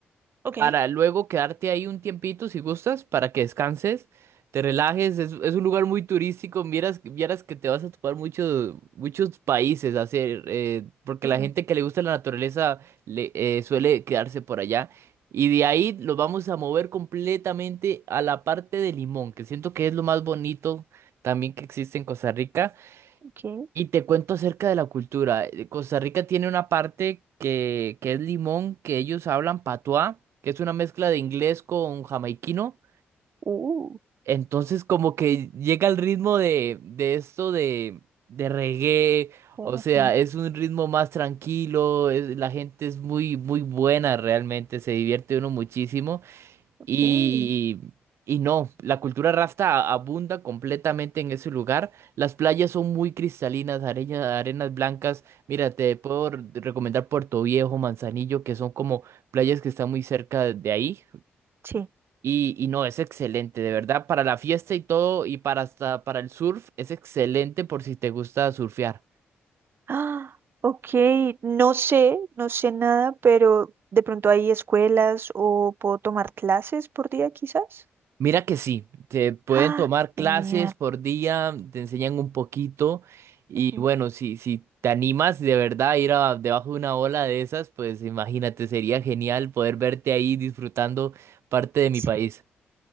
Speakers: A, on the right; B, on the right.
A: ok.
B: para luego quedarte ahí un tiempito si gustas, para que descanses, te relajes, es, es un lugar muy turístico, vieras, vieras que te vas a topar muchos muchos países a hacer, eh, porque
A: Ujú,
B: la gente que le gusta la naturaleza le, eh, suele quedarse por allá. Y de ahí los vamos a mover completamente a la parte de Limón, que siento que es lo más bonito también que existe en Costa Rica.
A: Ok.
B: Y te cuento acerca de la cultura. Eh, Costa Rica tiene una parte que, que es Limón, que ellos hablan patuá, que es una mezcla de inglés con jamaiquino.
A: Uh,
B: Entonces como que llega el ritmo de, de esto de, de reggae.
A: ajá,
B: O sea, es un ritmo más tranquilo, es- la gente es muy, muy buena realmente, se divierte uno muchísimo.
A: ok.
B: Y, y no, la cultura rasta a- abunda completamente en ese lugar. Las playas son muy cristalinas, areña- arenas blancas. Mira, te puedo r- recomendar Puerto Viejo, Manzanillo, que son como playas que están muy cerca de de ahí.
A: Sí.
B: Y, y no, es excelente, de verdad, para la fiesta y todo, y para hasta para el surf, es excelente por si te gusta surfear.
A: Ah, ok, no sé, no sé nada, pero de pronto hay escuelas o puedo tomar clases por día quizás.
B: Mira que sí, te pueden
A: Ah,
B: tomar clases
A: genial.
B: por día, te enseñan un poquito y
A: Ujú.
B: bueno, si, si te animas de verdad a ir a, debajo de una ola de esas, pues imagínate, sería genial poder verte ahí disfrutando parte de mi
A: Sí.
B: país.